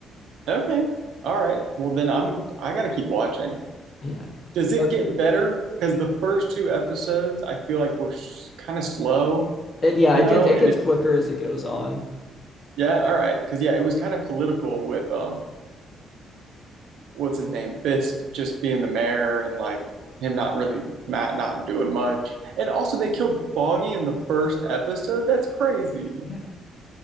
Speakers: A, on the right; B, on the left.
A: Okay. All right. Well, then I'm I gotta keep watching.
B: Yeah.
A: Does it
B: But
A: get better? Because the first two episodes, I feel like were kind of slow,
B: and yeah,
A: you
B: it
A: know?
B: gets it
A: And
B: gets
A: it,
B: quicker as it goes on.
A: yeah, all right. Because yeah, it was kind of political with um, what's his name, Fisk, just being the mayor and like him not really Matt not doing much. And also, they killed Foggy in the first episode. That's crazy.
B: Yeah.